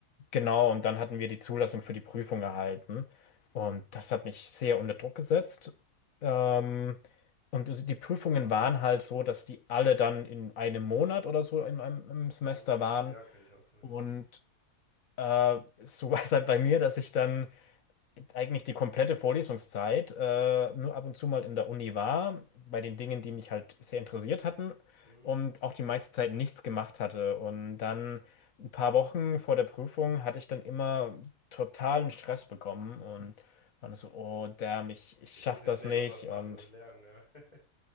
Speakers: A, on the left (about 60°); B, on the left (about 25°).
A: Genau, und dann hatten wir die Zulassung für die Prüfung erhalten. Und
B: Mhm.
A: das hat mich sehr unter Druck gesetzt. Ähm, und die Prüfungen waren halt so, dass die alle dann in einem Monat oder so in einem, im Semester
B: Mhm.
A: waren.
B: Hm, ja, kenne ich auch so, ja.
A: Und äh, so <laughs> war es halt bei mir, dass ich dann eigentlich die komplette Vorlesungszeit, äh, nur ab und zu mal in der Uni war, bei den Dingen, die mich halt sehr interessiert hatten
B: Mhm.
A: und auch die meiste Zeit nichts gemacht hatte. Und dann ein paar Wochen vor der Prüfung hatte ich dann immer totalen Stress bekommen und war dann so, oh damn, ich, ich schaff
B: Jetzt muss ich
A: das
B: schnell
A: nicht
B: noch was machen
A: und
B: und lernen, ja. <laughs>